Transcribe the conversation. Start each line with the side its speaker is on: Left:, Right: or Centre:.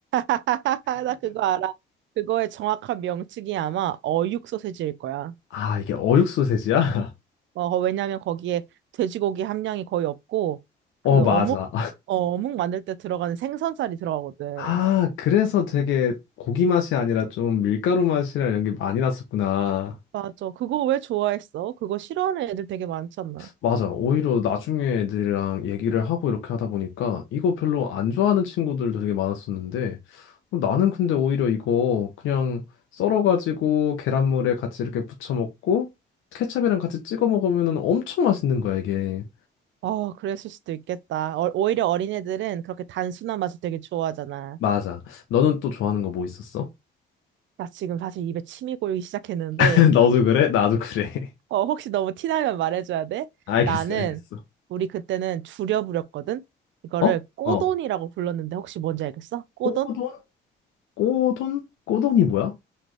Right: <laughs> 나 그거 알아. 그거의 정확한 명칭이 아마 어육 소세지일 거야.
Left: 아, 이게 어육 소세지야? <laughs>
Right: 어, 왜냐면 거기에 돼지고기 함량이 거의 없고, 그
Left: 어, 어, 맞아.
Right: 어묵, 어, 어묵 만들 때 들어가는 생선살이 들어가거든.
Left: 아, 그래서 되게 고기 맛이 아니라 좀 밀가루 맛이랑 이런 게 많이 났었구나.
Right: 맞아. 그거 왜 좋아했어? 그거 싫어하는 애들 되게 많잖아.
Left: 맞아. 오히려 나중에 애들이랑 얘기를 하고 이렇게 하다 보니까 이거 별로 안 좋아하는 친구들도 되게 많았었는데 어, 나는 근데 오히려 이거 그냥 썰어가지고 계란물에 같이 이렇게 부쳐 먹고 케첩이랑 같이 찍어 먹으면 엄청 맛있는 거야, 이게.
Right: 어, 그랬을 수도 있겠다. 어, 오히려 어린애들은 그렇게 단순한 맛을 되게 좋아하잖아.
Left: 맞아. 너는 또 좋아하는 거 뭐 있었어?
Right: 나 지금 사실 입에 침이 고이기 시작했는데,
Left: <laughs> 너도 그래? 나도 그래. <laughs>
Right: 어, 혹시 너무 티나면 말해줘야 돼?
Left: 알겠어,
Right: 나는,
Left: 알겠어.
Right: 우리 그때는 줄여 부렸거든? 이거를
Left: 어?
Right: 꼬돈이라고
Left: 어.
Right: 불렀는데 혹시 뭔지 알겠어? 꼬돈?
Left: 꼬돈? 꼬돈? 꼬돈이 뭐야?